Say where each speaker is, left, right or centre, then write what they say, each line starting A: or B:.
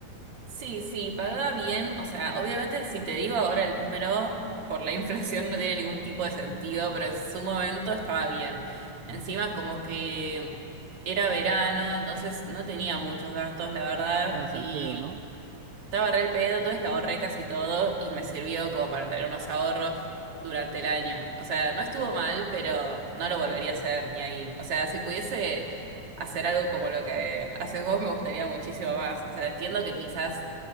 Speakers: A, on the right; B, on the right.
A: Sí, sí, pagaba bien. O sea, obviamente, si te digo ahora el número, por la <laughs> inflación no tiene ningún tipo de sentido, pero en su momento estaba bien. Encima, como que era verano, entonces no tenía muchos gastos, la verdad,
B: Estabas
A: y
B: al pedo, ¿no?
A: estaba re al pedo, entonces lo ahorré casi todo y me sirvió como para tener unos ahorros durante el año. O sea, no estuvo
B: Claro.
A: mal, pero no lo volvería a hacer ni ahí. O sea, si pudiese hacer algo como lo que haces vos, me gustaría muchísimo más. O sea, entiendo que quizás